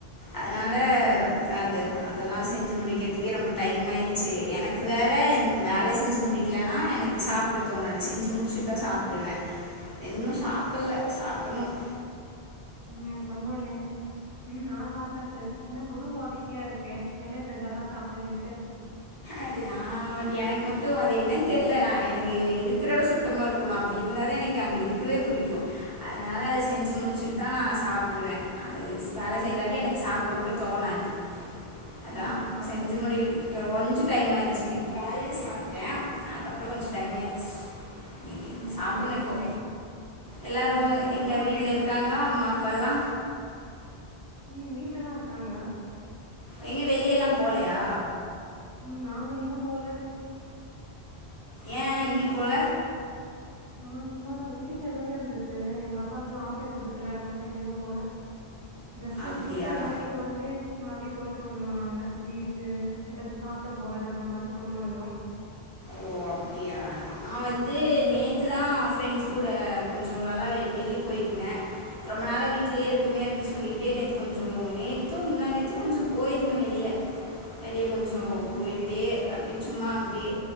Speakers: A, on the left; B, on the right.
A: அதனால
B: ம் சரி சரி
A: அது அதெல்லா செஞ்சு முடிக்கிறதுக்கே ரொம்ப டைம் ஆயிறிச்சு எனக் கு வேற வேலைய செஞ்சு முடிக்கலன்னா எனக்கு சாப்பிட தோனாது செஞ்சு முடிச்சுட்டு தா சாப்புடுவே இன்னும் சாப்புல்ல சாப்புன்னும்
B: உம் பரவால்லயே ம் நா சாப்டாச்சு என்ன புது பாலி சியா இருக்கே வேலை செஞ்சாதா சாப்டுவேன்ட்டு
A: அது நா எனக்கு மட்டும் அது என்னன்னு தெர்ல நா எனக்கு இருக்கிற எடோ சுத் தமா இருக்கணு அப்டி இருந்தாதா எனக்கு அங்க இருக்கவே புடிக்கும் அதனால அது செஞ்சு முடிச்சுட்டு தா நா சாப்புடுவே அது வேலை செய்யலாட்டி எனக்கு சாப்புட கூட தோணாது அத்தா
B: ம் பரவால்ல
A: செஞ்சு முடிக்கட்டி கொஞ்சோ டைம் ஆயிறிச்சு இன்னைக்கு காலைல சாப்டே அதுக்கப்றோ கொஞ்சோ டைம் ஆயிறிச்சி ஏன்கிட்
B: ம்
A: சாப்பிட்ணு
B: சரி
A: இப்போ
B: சரி
A: எல்லாரும்
B: ம் சீக்கிரோ
A: எங்க
B: சாப்ட்டுடு
A: வீட்ல இருக்காங்களா அம்மா அப்பால்லா
B: ம் வீட்ல தா இருக்காங்க
A: எங்கயு வெளிய எல்லா போலயா
B: ம் நாங்க இன்னம் போல
A: ஏன் எங்கயு போல
B: ஆ சும்மாதா வீட்ல வேலை இருந்துச்சு எங்க அப்பாக்குல்லா ஆஃபீஸ் இருக்குல்ல அதனால எங்கயு போல ஜஸ்ட்
A: அப்படியா
B: கிட்ட எங்கயாச்சும் ஒன் டேட் மாதிரி போயிட்டு வந்துடுவோ நாங்க பீச்சு ஏதாச்சு சாப்ட போறது அந்த மாதிரி போயிட்டு வந்துடுவோ
A: ஓ அப்டியா நா வந்து நேத்து தா ஃப்ரெண்ட்ஸ் கூட கொஞ்சோ நல்லா வெளிய போயிருந்தே ரொம்ப நாளா வீட்லயே இருக்கமே அப்டின்னு சொல்லிக்கிட்டே நேத்து கொஞ்சோ நேத்தும் முந்தா நேத்தும் கொஞ்சோ போயிருந்தே வெளிய அடியே கொஞ்சோ
B: ம்.
A: போய்டே அப்டி சும்மா அப்டியே